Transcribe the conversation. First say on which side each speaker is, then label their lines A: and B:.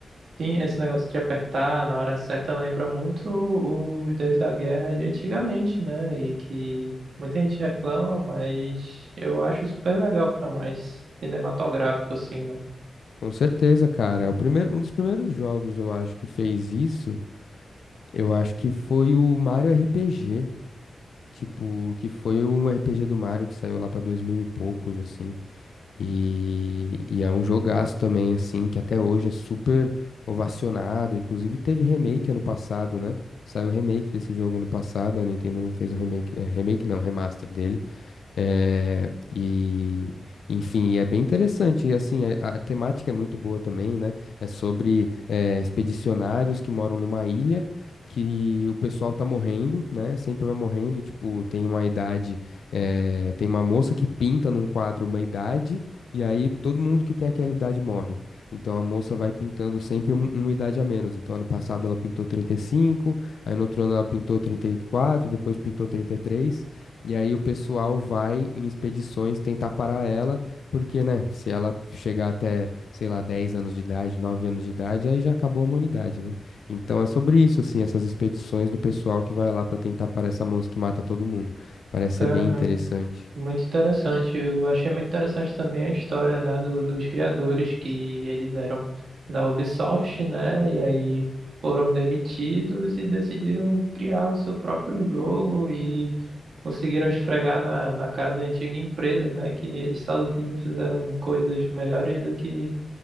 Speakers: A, on the right; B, on the left.
A: Sim, esse negócio de apertar na hora certa lembra muito os Deus da Guerra de antigamente, né? E que muita gente reclama, mas eu acho super legal, fica mais cinematográfico, assim, né?
B: Com certeza, cara, é o primeiro, um dos primeiros jogos, eu acho, que fez isso, eu acho que foi o Mario RPG, tipo, que foi um RPG do Mario que saiu lá pra 2000 e poucos, assim. E, e é um jogaço também, assim, que até hoje é super ovacionado. Inclusive teve remake ano passado, né? Saiu remake desse jogo ano passado, a Nintendo fez o remake, é, remake não, remaster dele. É, e, enfim, é bem interessante. E assim, a, a temática é muito boa também, né? É sobre é, expedicionários que moram numa ilha que o pessoal tá morrendo, né? Sempre vai morrendo. Tipo, tem uma idade, é, tem uma moça que pinta num quadro uma idade, e aí todo mundo que tem aquela idade morre. Então a moça vai pintando sempre um- uma idade a menos. Então ano passado ela pintou trinta e cinco aí no outro ano ela pintou trinta e quatro depois pintou trinta e três e aí o pessoal vai em expedições tentar parar ela, porque, né, se ela chegar até, sei lá, 10 anos de idade, 9 anos de idade, aí já acabou a humanidade, né? Então é sobre isso, assim, essas expedições do pessoal que vai lá pra tentar parar essa moça que mata todo mundo. Parece
A: Cara,
B: ser bem interessante.
A: Muito interessante. Eu achei muito interessante também a história, né, do, dos criadores que eles eram da Ubisoft, né, e aí foram demitidos e decidiram criar o seu próprio jogo e conseguiram esfregar na, na cara da antiga empresa, né, que eles sozinhos fizeram coisas melhores do que,